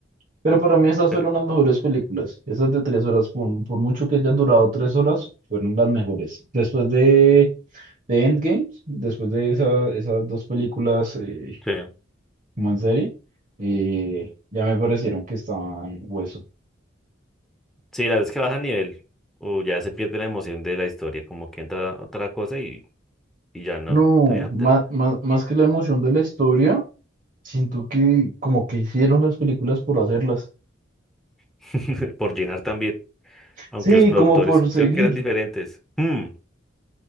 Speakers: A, on the right; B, in the centre.
A: Pero para mí esas
B: pero
A: fueron las mejores películas. Esas de tres horas, por, por mucho que hayan durado tres horas, fueron las mejores. Después de, de Endgame, después de esa- esas dos películas, eh,
B: sí,
A: como en serie, eh, ya me parecieron que estaban hueso.
B: sí, la vez que baja nivel, o ya se pierde la emoción de la historia, como que entra otra cosa y, y ya no,
A: No,
B: también
A: más,
B: te-
A: más, más que la emoción de la historia, siento que como que hicieron las películas por hacerlas.
B: <laughs> por llenar también, aunque
A: Sí,
B: los productores
A: como por seguir.
B: creo que eran diferentes. Mm,